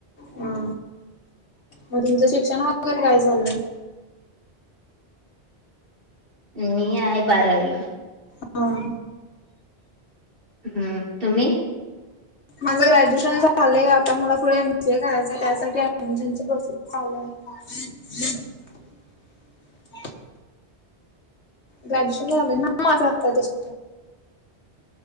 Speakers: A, on the left (about 85°); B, on the right (about 55°).
A: हा. म तुमचं शिक्षण वगैरे काय झालंय.
B: मी आहे बारावी.
A: ह. ह.
B: हम्म. तुम्ही?
A: माझं ग्रॅज्युएशन झालंय. आता मला पुढे एमसीए करायचंय. त्यासाठी ऍडमिशन प्रोसेस चालू हाय. एक ह <inaudible> ग्रॅज्युएशन झालंय ना. माझ आता जस्ट.